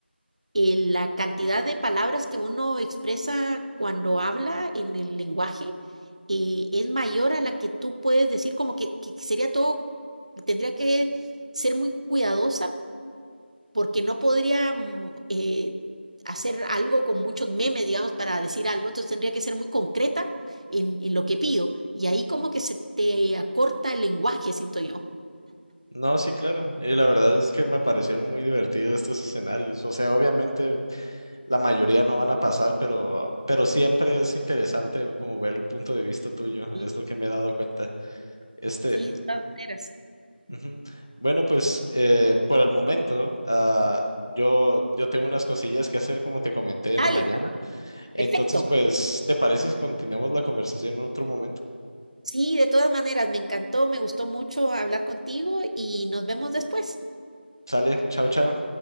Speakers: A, on the right (about 35°); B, on the left (about 20°).
A: eh, la cantidad de palabras que uno expresa cuando habla en el lenguaje eh, es mayor a la que tú puedes decir, como que, que sería todo, tendría que ser muy cuidadosa porque no podría mm, eh, hacer algo con muchos memes, digamos, para decir algo, entonces tendría que ser muy concreta en, en lo que pido. Y ahí como que se te acorta el lenguaje, siento yo.
B: No, sí, claro. Y la verdad es que me parecieron muy divertidos estos escenarios. O sea, obviamente la mayoría no van a pasar, pero, pero siempre es interesante como ver el punto de vista tuyo,
A: Sí,
B: es lo que me he dado cuenta. Este,
A: sí, De todas maneras.
B: ujú. Bueno, pues eh, por el momento, ah, yo, yo tengo unas cosillas que hacer, como te comenté en
A: Dale,
B: la mañana. Entonces,
A: perfecto.
B: pues, ¿te parece si continuamos la conversación en otro momento?
A: Sí, de todas maneras, me encantó, me gustó mucho hablar contigo y nos vemos después.
B: Sale, chao, chao.